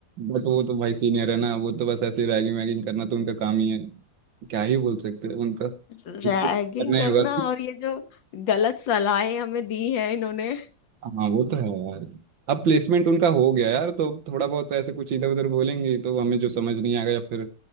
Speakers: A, on the right (about 75°); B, on the left (about 75°).
A: बट वो तो भाई सीनियर है ना वो तो बस ऐसे रैगिंग वैगिंग करना तो उनका काम ही है क्या ही बोल सकते हैं उनका करना
B: रैगिंग करना
A: ही होगा
B: और ये जो गलत सलाहें हमें दी हैं इन्होंने
A: हाँ वो तो है यार अब प्लेसमेंट उनका हो गया यार तो थोड़ा बहुत ऐसे कुछ इधर उधर बोलेंगे तो हमें जो समझ नहीं आएगा या फिर